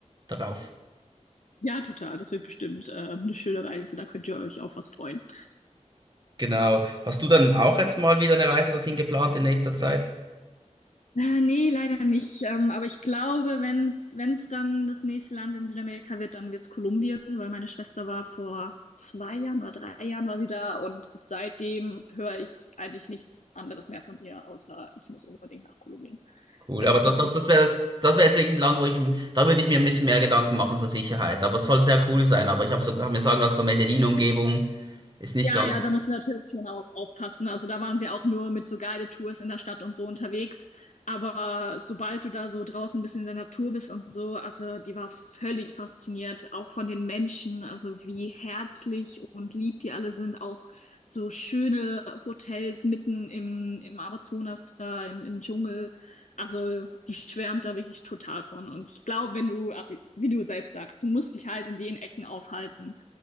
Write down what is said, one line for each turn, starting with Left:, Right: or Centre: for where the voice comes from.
Right: darauf.
Left: Ja, total. Das wird bestimmt äh, eine schöne Reise. Da könnt ihr euch auf was freuen.
Right: Genau. Hast du dann auch jetzt mal wieder eine Reise dorthin geplant in nächster Zeit?
Left: Äh, Nee, leider nicht. Ähm, aber ich glaube, wenn's, wenn's dann das nächste Land in Südamerika wird, dann wird's Kolumbien, weil meine Schwester war vor zwei Jahren oder drei Jahren war sie da und seitdem höre ich eigentlich nichts anderes mehr von ihr, außer ich muss unbedingt nach Kolumbien.
Right: Cool,
Left: Also
Right: aber
Left: ich
Right: da,
Left: glaube,
Right: da,
Left: das
Right: das wäre das, das wäre jetzt wirklich ein Land, wo ich, m- da würde ich mir ein bisschen mehr Gedanken machen zur Sicherheit, aber es soll sehr cool sein, aber ich habe so, hab mir sagen lassen, der Medellin-Umgebung ist nicht
Left: Ja,
Right: ganz,
Left: ja, da musst du natürlich schon auch aufpassen. Also da waren sie auch nur mit so Guided-Tours in der Stadt und so unterwegs. Aber sobald du da so draußen ein bisschen in der Natur bist und so, also die war völlig fasziniert, auch von den Menschen, also wie herzlich und lieb die alle sind. Auch so schöne Hotels mitten im, im Amazonas da, im, im Dschungel. Also die schwärmt da wirklich total von. Und ich glaube, wenn du, also wie du selbst sagst, du musst dich halt in den Ecken aufhalten